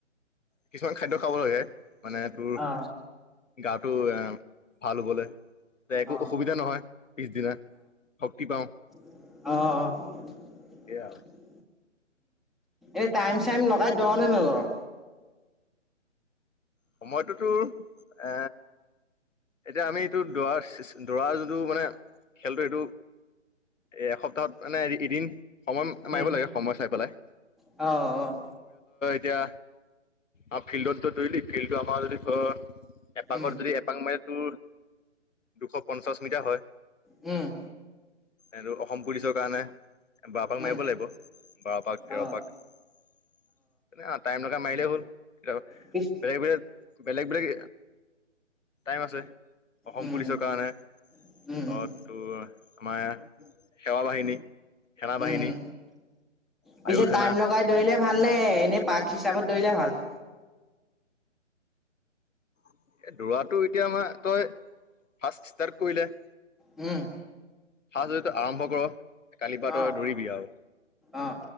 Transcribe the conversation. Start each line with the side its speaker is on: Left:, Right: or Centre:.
Left: কিছুমান খাদ্য খাব লাগে, মানে তোৰ
Centre: অ
Left: গা তো বেয়া। ভাল হ'ব দে, তে একো
Centre: অ
Left: অসুবিধা নহয় পিছদিনা শক্তি পাও।
Centre: অ' অ' অ'।
Left: আৰু
Centre: এ টাইম চাইম, লগাই ধৰ নে? নধৰ।
Left: সময়টোতো এ, এতিয়া আমি যিটো দৰাৰ - দৰা যিটো মানে খেলটো এইটো এসপ্তাহত মানে, এদিন সময়ত
Centre: উম
Left: মাৰিব লাগে। সময় চাই পেলাই,।
Centre: অ', - অ',
Left: তেতিয়া আৰু ফিল্ডত তই দৈৰিলি ফিল্ডটো আমাৰ যদি তই এপাকৰ
Centre: উম
Left: যদি এপাক মা টোৰ দুশ পঞ্চাশ মিটাৰ হয়।
Centre: উম,
Left: এনেও অসম পুলিচৰ কাৰণে বাৰপাক
Centre: উম
Left: মাৰিব লাগিব। বাৰপাক তেৰপাক
Centre: অ
Left: অ, টাইম লগাই মাৰিলেই হ'ল। কেতিয়া
Centre: পিছ
Left: বেলেগ বেলেগ, বেলেগ বেলেগ। টাইম আছে। অসম
Centre: উম
Left: পুলিচৰ কাৰণে,।
Centre: উম উম
Left: অ, তোৰ আমাৰ সেৱা বাহিনী সেনা
Centre: উম
Left: বাহিনী
Centre: উম
Left: বায়ু
Centre: পিছে,
Left: সেনা
Centre: টাইম লগাই দৌৰিলে ভাল নে? এনে পাক হিচাপত দৌৰিলে ভাল।
Left: এই, দৌৰাটো এতিয়া আমাৰ তই ফাৰ্ষ্ট ষ্টাৰ্ট কৰি দে।
Centre: উম,
Left: সচাই যদি তই আৰম্ভ কৰ কালি পৰা
Centre: অ
Left: তই দৌৰিবি আৰু
Centre: অ